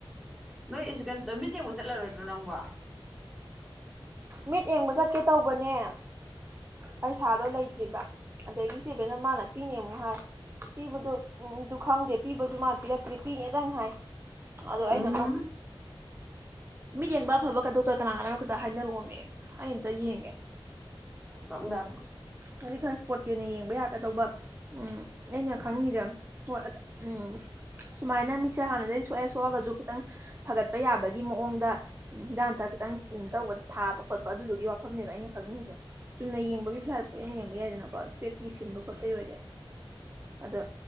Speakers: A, in the centre; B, on the right (about 25°).
A: ꯅꯣꯏꯁꯤ ꯀꯩꯅ ꯃꯤꯠꯡꯐꯥꯎ ꯆꯠꯂꯔꯣꯏꯗ꯭ꯔꯣ ꯅꯪꯕ
B: ꯃꯤꯠ ꯌꯦꯡꯕ ꯆꯠꯀꯦ ꯇꯧꯕꯅꯦ ꯄꯩꯁꯥꯗꯣ ꯂꯩꯇ꯭ꯔꯤꯕ ꯑꯗꯒꯤ ꯁꯤꯕꯅ ꯃꯥꯅ ꯄꯤꯅꯦ ꯑꯃꯨꯛ ꯍꯥꯏ ꯄꯤꯕꯗ ꯎꯗꯨ ꯈꯪꯗꯦ ꯄꯤꯕꯁꯨ ꯃꯥꯅ ꯄꯤꯔꯛꯇ꯭ꯔꯤ ꯄꯤꯅꯦꯗꯪ ꯍꯥꯏ ꯑꯗꯣ ꯑꯩꯅ
A: ꯎꯝ
B: ꯑꯃ ꯃꯤꯠ ꯌꯦꯡꯕ ꯑꯐꯕ ꯀꯗꯧ ꯀꯅꯥꯒꯅ ꯍꯥꯏꯅ ꯑꯩꯇ ꯌꯦꯡꯉꯦ
A: ꯀꯪꯗꯥ
B: ꯍꯥꯏꯛ ꯈꯔ ꯏꯁꯄꯣꯠꯀꯤ ꯑꯣꯏꯅ ꯌꯦꯡꯕ ꯌꯥꯒꯗꯧꯕ ꯎꯝ ꯑꯩꯅ ꯈꯪꯅꯤꯡꯉꯤꯁꯦ ꯍꯣꯏ ꯎꯝ ꯁꯨꯃꯥꯏꯅ ꯃꯤ ꯍꯅꯗꯩ ꯁ ꯊꯣꯛꯑꯒꯁꯨ ꯈꯤꯇꯪ ꯐꯒꯠꯄ ꯌꯥꯕꯒꯤ ꯃꯑꯣꯡꯗ ꯍꯤꯗꯥꯛꯝꯊ ꯈꯤꯇꯪ ꯇꯧꯕꯗ ꯊꯥꯕ ꯈꯣꯠꯄ ꯑꯗꯨꯗꯨꯒꯤ ꯋꯥꯐꯝꯅꯦꯕ ꯑꯩꯅ ꯈꯪꯅꯤꯡꯉꯤꯁꯦ ꯆꯨꯝꯅ ꯌꯦꯡꯕꯒꯤ ꯄꯩꯁꯥ ꯌꯦꯡꯕ ꯌꯥꯏꯗꯅꯀꯣ ꯏꯁꯄꯦꯛꯀꯤ ꯁꯤꯟꯕ ꯈꯣꯠꯄꯒꯤ ꯑꯣꯏꯔꯗꯤꯦ ꯑꯗꯣ